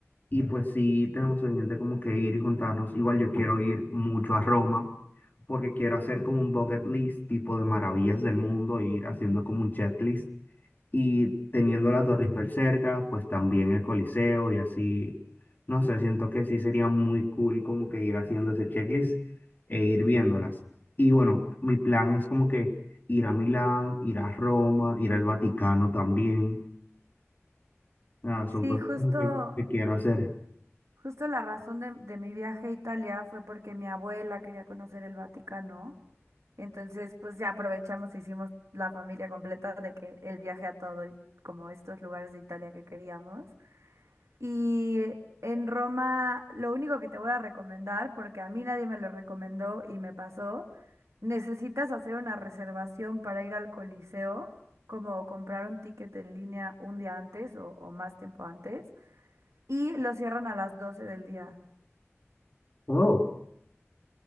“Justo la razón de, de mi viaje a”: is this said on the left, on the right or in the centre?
Right